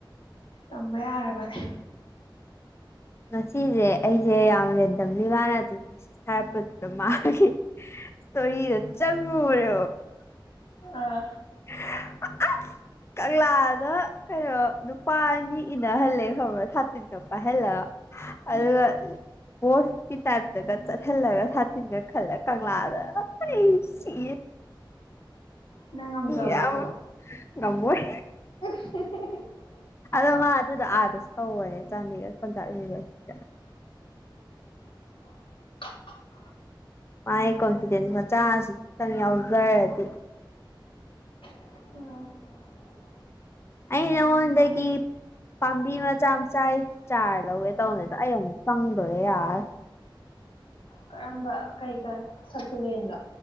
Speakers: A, on the left; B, on the left.
A: ꯇꯝꯕ ꯌꯥꯔꯕꯅꯦ
B: ꯉꯁꯤꯁꯦ ꯑꯩꯁꯦ ꯌꯥꯝ ꯔꯦꯟꯗꯝꯂꯤ ꯋꯥꯅ ꯑꯗꯨꯝ ꯉꯁꯤ ꯁꯥꯔꯛꯄꯗꯨꯗ ꯃꯥꯦ ꯁꯔꯤ ꯆ ꯆꯪꯔꯦ
A: ꯑꯥ
B: <unintelligible> ꯀꯪꯂꯥꯗ ꯀꯩꯅꯣ ꯅꯨꯄꯥ ꯑꯅꯤ ꯏꯅꯍꯜꯂꯦ ꯈꯕ꯭ꯔꯁꯦ ꯁꯥꯠꯠꯇꯄꯥ ꯍꯂ
A: ꯎꯝ
B: ꯑꯗꯨ ꯑꯣꯣꯁ ꯀꯤ ꯇꯥꯏ ꯇꯒꯜꯒ ꯁꯥ ꯇꯤꯟꯒ ꯈꯜꯂ ꯀ ꯃꯥꯗ ꯁꯤ
A: ꯅꯪ ꯉꯝꯖꯕ꯭ꯔꯣ
B: ꯌꯥ
A: ꯑꯗꯣ
B: ꯉꯃꯣꯏ
A: <unintelligible>
B: ꯑꯗꯣ ꯃꯥ ꯑꯗꯨꯗ ꯑꯥꯗꯁꯨ ꯇꯧꯕꯅꯦ ꯆꯥꯟꯗꯤꯒꯔ ꯄꯟꯆꯥ ꯌꯅꯤꯚꯔꯁꯤꯇꯗ
A: <unintelligible>
B: ꯃꯥ ꯀꯟꯁꯤꯗ ꯃ ꯆꯁꯤ ꯆꯪ ꯌꯥꯎꯖꯔꯗꯤ
A: ꯑ
B: ꯑꯩꯅ ꯑꯣꯟꯗꯗꯒꯤ ꯄꯥꯝꯕꯤ ꯃꯆꯥ ꯑꯃ ꯆꯥꯏ ꯆꯥꯔ ꯂꯧꯋꯦ ꯇꯧꯅꯦꯗ ꯑꯩ ꯑꯃꯨꯛ ꯆꯪꯗꯣꯔꯦ ꯌꯥꯔ
A: ꯀꯔꯝꯕ ꯀꯩ ꯀꯥꯔ ꯆꯀꯨꯂꯦꯟꯂꯣ